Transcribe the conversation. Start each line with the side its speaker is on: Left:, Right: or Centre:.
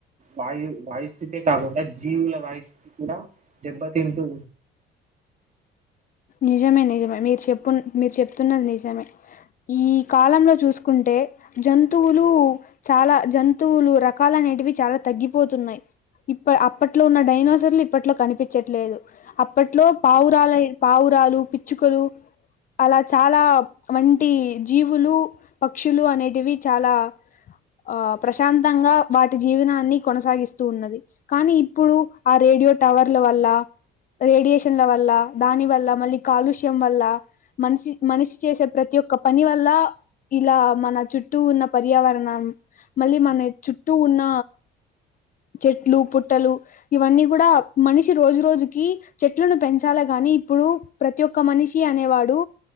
Right: వాయు వాయుస్థితే కాకుండా జీవుల వాయుస్థితి కూడా జబ్ బతించు
Left: నిజమే నిజమే మీరు చెప్పు మీరు చెప్తున్నది నిజమే ఈ కాలంలో చూసుకుంటే జంతువులు చాలా జంతువులు రకాలనేటివి చాలా తగ్గిపోతున్నాయి ఇప్ప అప్పట్లో ఉన్న డైనసర్లు ఇప్పట్లో కనిపించట్లేదు అప్పట్లో పావురాల పావురాలు పిచ్చుకలు అలా చాలా వంటి జీవులు పక్షులు అనేటివి చాలా ఆ ప్రశాంతంగా వాటి జీవనాన్ని కొనసాగిస్తూ ఉన్నది కానీ ఇప్పుడు ఆ రే రేడియో టవర్ల వల్ల రేడియేషన్ల వల్ల దాని వల్ల మళ్ళీ కాలుష్యం వల్ల మనిషి మనిషి చేసే ప్రతి ఒక్క పని వల్ల ఇలా మన చుట్టూ ఉన్న పర్యావరణం మళ్ళీ మన చుట్టూ ఉన్న చెట్లు పుట్టలు ఇవన్నీ కూడా మనిషి రోజు రోజుకి చెట్లను పెంచాల గా ని ఇప్పుడు ప్రతి ఒక్క మనిషి అనేవాడు